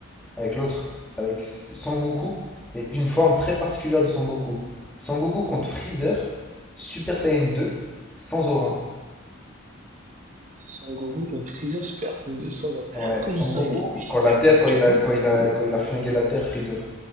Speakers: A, in the centre; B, on the right.
A: avec l'autre, avec S- Sangoku, mais une forme très particulière de Sangoku. Sangoku contre Freezer, Super
B: Ouais.
A: Saiyan 2, sans aura.
B: Sans Goku contre Freezer Super Saiyan 2 sans or.
A: Ouais,
B: Comment
A: Sangoku,
B: ça, il est. Mais il
A: quand
B: était
A: la
B: même
A: Terre,
B: pas en Super
A: quand il
B: Saiyan
A: a,
B: 2.
A: quand
B: lui.
A: il a, quand il a flingué la Terre, Freezer.